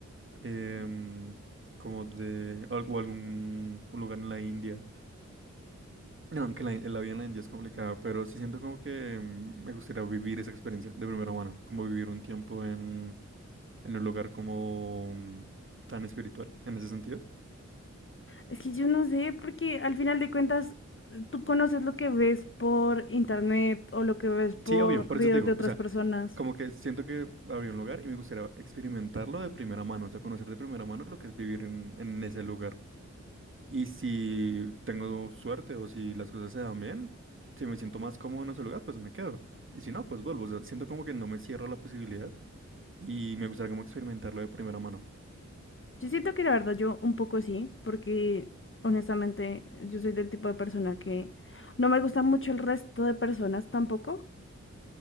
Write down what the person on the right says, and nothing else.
em, como de algo, algún un lugar en la India. No, aunque la, la vida en la India es complicada, pero sí siento como que mm, me gustaría vivir esa experiencia de primera mano, como vivir un tiempo en en un lugar como mm, tan espiritual en ese sentido.
Sí, obvio, por
eso te digo,
o sea,
como que siento que habría un lugar y me gustaría experimentarlo de primera mano, o sea, conocer de primera mano lo que es vivir en, en ese lugar. Y si tengo suerte o si las cosas se dan bien, si me siento más cómodo en ese lugar, pues me quedo. Y si no, pues vuelvo, o sea, siento como que no me cierro a la posibilidad y me gustaría como experimentarlo de primera mano.